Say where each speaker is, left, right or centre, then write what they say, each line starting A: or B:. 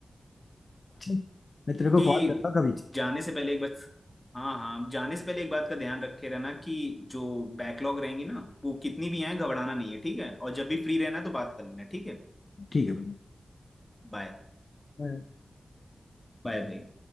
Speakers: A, on the left; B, on the left.
A: चल मैं तेरे को
B: बाकी
A: कॉल करता हूँ कभी
B: जाने से पहले एक बार हाँ हाँ जाने से पहले एक बात का ध्यान रखे रहना कि जो बैकलॉग रहेंगी ना वो कितनी भी आए घबराना नहीं है ठीक है और जब भी फ्री रहना तो बात कर लेना ठीक है
A: ठीक है
B: बाय
A: भाई
B: बाय भाई